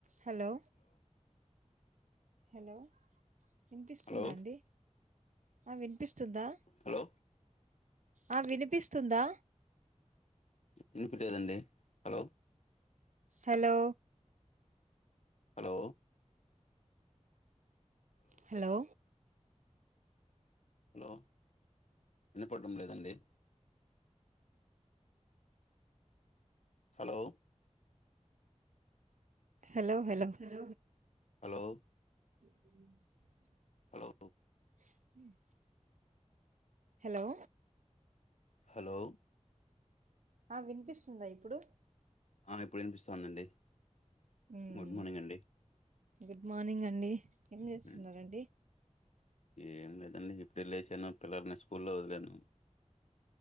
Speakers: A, on the right; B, on the left.
A: hello hello వినిపిస్తూదండి
B: Hello
A: ఆ వినిపిస్తుందా
B: హలో
A: ఆ వినిపిస్తుందా
B: వినిపియాలేదండి hello
A: hello
B: hello
A: hello
B: hello వినపడ్డం లేదండి హలో
A: హలో హలో హ
B: హలో
A: అ
B: హలో
A: <inaudible> హలో
B: హలో
A: ఆ వినిపిస్తుందా ఇప్పుడు
B: ఇప్పుడు వినిపిస్తుందండి
A: మ్మ్
B: గుడ్ మార్నింగ్ అండి
A: గుడ్ మార్నింగ్ అండి ఎం చేస్తున్నారండి.
B: ఉమ్, ఏం లేదండి ఇప్పుడే లేచాను. పిల్లల్ని స్కూల్లో వదిలాను.